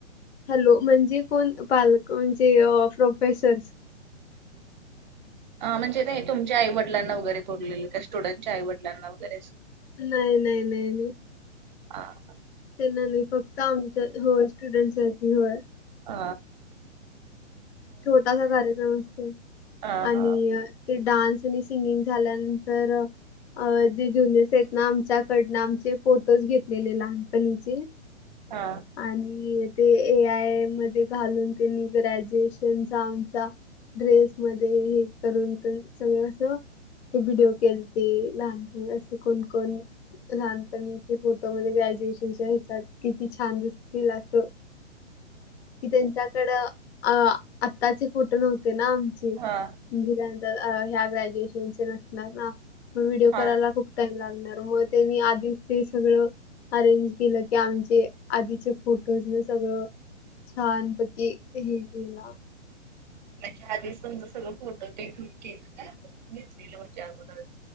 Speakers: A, on the left (about 60°); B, on the right (about 40°).
A: हॅलो म्हणजे कोण? पालक म्हणजे अं प्रो्पेसर्स.
B: अं म्हणजे काय तुमच्या आई-वडलांना वगैरे बोलेलं, काय स्टुडंट्सच्या आई-वडलांना वगैरे
A: नाई-नाई-नाई-नाई.
B: <inaudible>
A: त्यांना नाही फक्त आमच्या होय, स्टुडंट्ससाठी होय.
B: ओ.
A: छोटासा कार्यक्रम असतो
B: हा
A: आणि
B: हा
A: ते डान्स आणि सिंगिंग झाल्यानंतर अं जे ज्युनियर्स हेत ना आमच्याकडनं आमचे फोटोज घेतलेले लहानपणीचे.
B: हा.
A: आणि ते ए आय मध्ये घालून ते <unintelligible> त्यांचा, आमचा ड्रेस मध्ये हे करून पण सगळं अस. ते व्हिडिओ केलते लहानपणी असे कोण-कोण. लहानपणीचे फोटोमध्ये ग्रॅज्युएशनच्या ह्याच्यात किती छान दिसतील असं.
B: ह.
A: कि त्यांच्याकडं आ- आताचे फोटो नव्हते ना, आमचे.
B: हा
A: निदान तर ह्या ग्रॅज्युएशन नसणार ना मं विडिओ
B: हा
A: करायला खूप टाईम लागणार, हो, त्यांनी आधीच ते सगळं अरेंज केलं, की आमचे आधीचे फोटोज नं सगळं. छान पैकी हे केला.
B: त्याच्या आधीच त्यांच सगळं फोटो ते घेऊन घेतलं, घेतलेलं होतं अगोदर.